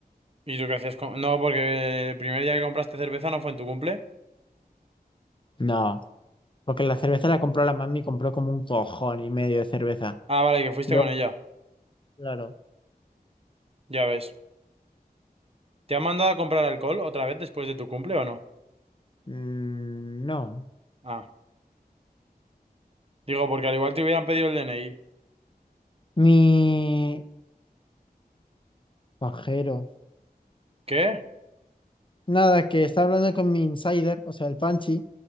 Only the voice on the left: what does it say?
No, porque la cerveza la compró la mami, compró como un cojón y medio de cerveza.
Luego,
claro,
mm, no.
Mi, Pajero.
Nada, que está hablando con mi insider, o sea, el Panchi,